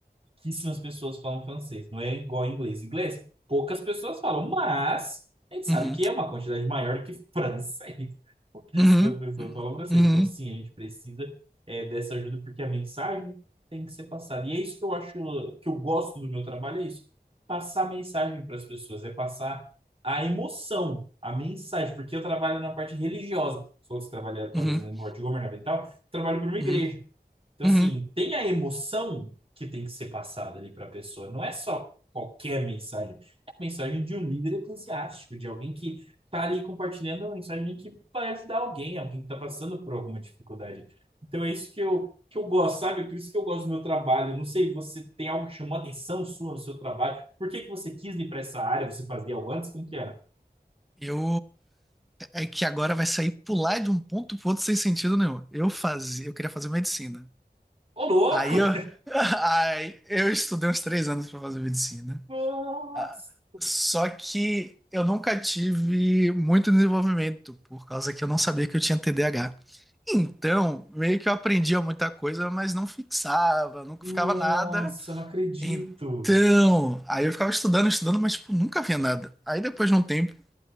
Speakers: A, on the right; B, in the centre.
A: pouquíssimas pessoas falam francês, não é igual ao inglês. Inglês, poucas pessoas falam, mas a gente sabe
B: uhum,
A: que é uma quantidade maior que francês. <laughs> Pouquíssimas
B: uhum,
A: pessoas falam francês.
B: uhum,
A: Então, sim, a gente precisa é, dessa ajuda porque a mensagem tem que ser passada. E é isso que eu acho, que eu gosto do meu trabalho, é isso. Passar mensagem para as pessoas, é passar a emoção, a mensagem, porque eu trabalho na parte religiosa. Se fosse trabalhar, talvez,
B: uhum, uhum,
A: na parte governamental, trabalho para uma igreja.
B: uhum.
A: Então,
B: uhum.
A: assim, tem a emoção que tem que ser passada ali para a pessoa. Não é só qualquer mensagem. É a mensagem de um líder eclesiástico, de alguém que está ali compartilhando uma mensagem que vai ajudar alguém, alguém que está passando por alguma dificuldade. Então, é isso que eu, que eu gosto, sabe? Por isso que eu gosto do meu trabalho. Não sei, você tem algo que chamou a atenção sua no seu trabalho? Por que que você quis ir para essa área? Você fazia algo antes? Como que era?
B: Eu é que agora vai sair pular de um ponto pro outro sem sentido nenhum. Eu fazia, eu queria fazer medicina.
A: Ô, louco!
B: Aí eu, <laughs> aí eu estudei uns três anos para fazer medicina.
A: Nossa!
B: Ah, Só que eu nunca tive muito desenvolvimento, por causa que eu não sabia que eu tinha TDAH. Então, meio que eu aprendia muita coisa, mas não fixava, nunca
A: Nossa,
B: ficava nada.
A: não acredito!
B: Então, aí eu ficava estudando, estudando, mas tipo, nunca via nada. Aí depois de um tempo,